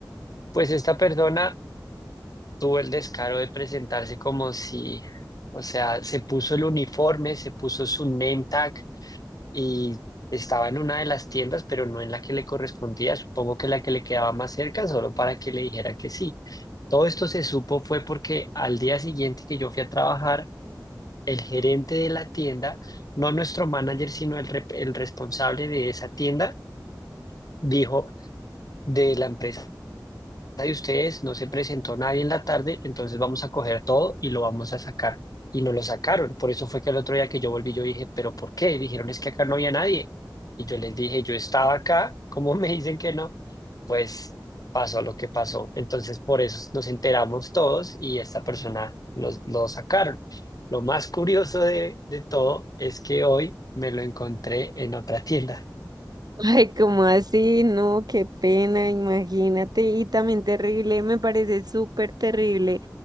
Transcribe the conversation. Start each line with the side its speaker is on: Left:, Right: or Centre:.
Left: pues esta persona tuvo el descaro de presentarse como si, o sea, se puso el uniforme, se puso su name tag y estaba en una de las tiendas, pero no en la que le correspondía, supongo que la que le quedaba más cerca, solo para que le dijera que sí. Todo esto se supo fue porque al día siguiente que yo fui a trabajar, el gerente de la tienda, no nuestro manager, sino el, rep- el responsable de esa tienda, dijo de la empresa de ustedes, no se presentó nadie en la tarde, entonces vamos a coger todo y lo vamos a sacar. Y no lo sacaron. Por eso fue que el otro día que yo volví, yo dije, ¿pero por qué? Y dijeron, es que acá no había nadie. Y yo les dije, yo estaba acá, ¿cómo <laughs> me dicen que no? Pues pasó lo que pasó. Entonces por eso nos enteramos todos y esta persona nos, lo sacaron. Lo más curioso de, de todo es que hoy me lo encontré en otra tienda.
Right: <laughs> Ay, como así? No, qué pena, imagínate. Y también terrible, me parece súper terrible.